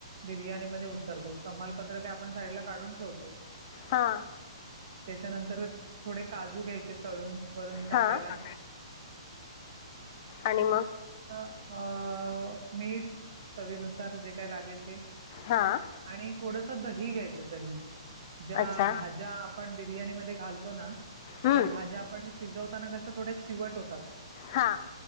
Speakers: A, on the right; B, on the left.
A: बिर्याणी म तो तमालपत्र का आपण साईडला काढून ठेवतो
B: हां
A: त्याच्यानंतर थोडे काजू घ्यायचे तळून वरून टाकायला
B: हां आणि मग
A: अ मीठ चवीनुसार जे काय लागेल ते
B: हां
A: आणि थोडस दही घ्यायचं दही ज्या
B: अच्छा
A: भाज्या आपण बिर्याणी म घालतो ना
B: हम्म
A: त्या भाज्या आपण शिजवताना कशा थोड्या चिवट होतात
B: हां